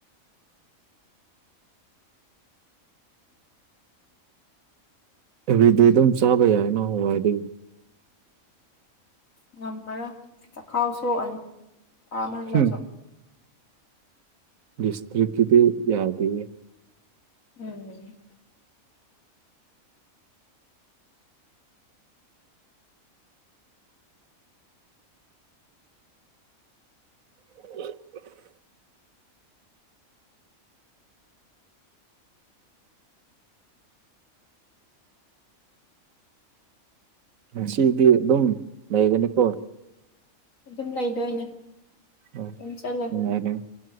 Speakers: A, on the right; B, on the left.
A: ꯑꯦꯕ꯭ꯔꯤꯗꯦ ꯑꯗꯨꯝ ꯆꯥꯕ ꯌꯥꯏꯀꯣ ꯍꯋꯥꯏꯗꯤ
B: ꯉꯝꯃꯔꯣꯏ ꯆꯈꯥꯎ ꯁꯣꯛꯑꯅꯤ ꯆꯥꯃꯜꯂꯁꯨ
A: ꯍꯨꯝ ꯁꯇꯔꯤ ꯀꯗꯤ ꯌꯥꯗ
B: ꯎꯝ
A: <inaudible> ꯉꯁꯤꯗꯤ ꯑꯗꯨꯝ ꯂꯩꯒꯅꯤꯀꯣ
B: ꯑꯗꯨꯝ ꯂꯩꯗꯣꯏꯅꯦ
A: ꯑꯣ
B: ꯑꯗꯨꯝ ꯆꯠꯂꯣ
A: ꯅꯨꯡꯉꯥꯏꯅ